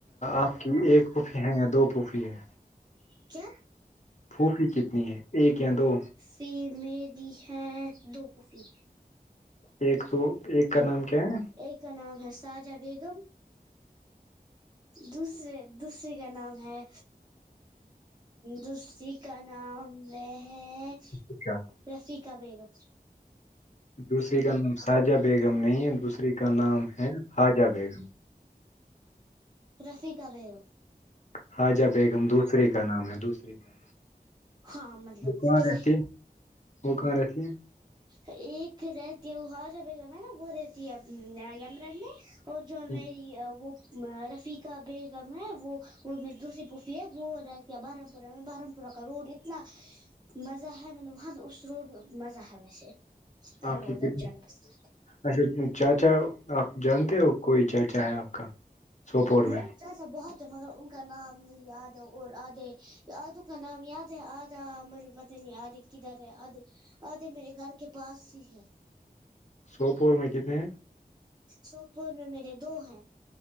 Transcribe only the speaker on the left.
آپ کی ایک پھوپھی ہے یا دو پھوپھی ہے
پھوپی کتنی ہے ایک یا دو
ایک سو ایک کا نام کیا ہے
اچھا،
دوسری کا نام ساجہ بیگم نہیں ہے دوسری کا نام ہے خاجہ بیگم
حاجہ بیگم دوسرے کا نام ہے دوسرے کا
وہ کہاں رہتی وہ کہاں رہتی ہے
ہے
ہاں کی
ک د
اچھا چاچا آپ جانتے ہو کوئی چاچا ہے آپ کا سوپور
میں
سوپور میں کتنے